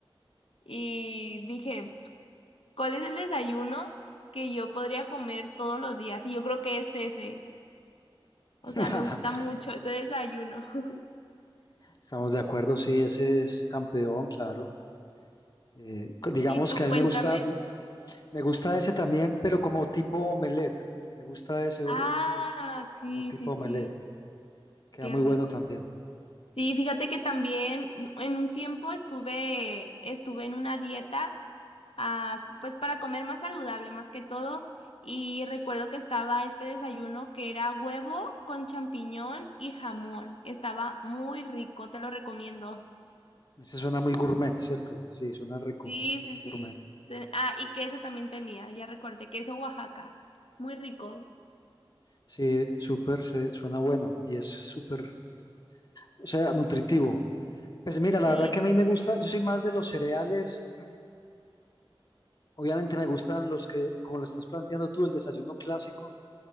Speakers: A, on the left; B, on the left.
A: Y dije, ¿Cuál es el desayuno que yo podría comer todos los días? Y yo creo que es ese. O
B: <laughs>
A: sea, me gusta mucho ese desayuno. <laughs>
B: Estamos de acuerdo, sí, ese es campeón, claro. Eh, co- digamos
A: Y tú
B: que
A: cuéntame.
B: a mí me gusta, me gusta ese también, pero como tipo omelette. Me gusta ese eh,
A: Ah, sí,
B: como tipo
A: sí, sí.
B: omelette. Queda
A: Qué
B: muy
A: rico.
B: bueno también.
A: Sí, fíjate que también en un tiempo estuve, estuve en una dieta, ah, pues para comer más saludable, más que todo. Y recuerdo que estaba este desayuno que era huevo con champiñón y jamón. Estaba muy rico, te lo recomiendo.
B: Ese suena muy gourmet, ¿cierto? Sí, suena rico,
A: Sí, sí,
B: muy
A: sí.
B: gourmet.
A: Se- Ah, y queso también tenía, ya recordé, queso Oaxaca. Muy rico.
B: Sí, súper, se- suena bueno y es súper, o sea, nutritivo. Pues mira, la
A: Sí.
B: verdad que a
A: sí.
B: mí me gusta, yo soy más de los cereales Obviamente me gustan los que, como lo estás planteando tú, el desayuno clásico,